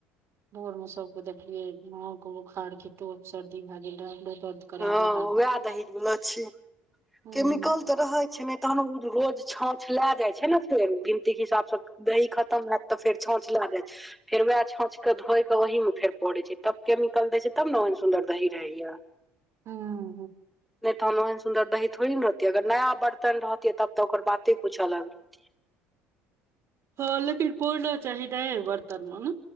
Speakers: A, on the right; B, in the centre.
A: भोर मऽ सब कऽ देखलियै नाक बोखार केँ टेक सर्दी भए गेल रहै <unintelligible> करैत
B: हँ हँ
A: देह हाँथ
B: वएह
A: मे
B: दही मिलल छी
A: हुँ
B: केमिकल तऽ रहै छै नै तहन उ रोज छाँछ लए जाइ छै नऽ फेन गिनती केँ हिसाबसँ दही खतम हैत तऽ फेर छाँछ लेय जैत। फेर वैह छाँछ कऽ धोए कऽ ओहिमे फेर पोरैय छै तब केमिकल देै छै तब नऽ ओहन सुंंदर दही रहैय।
A: हुँ
B: नय तहन ओहन सुन्दर दही थोड़ी नऽ रहतिये अगर नया बर्तन रहतिये तब तऽ ओकर बाते कुछ अलग रहतियै
A: हँ लेकिन पोरना चाहि नये बर्तन मे नऽ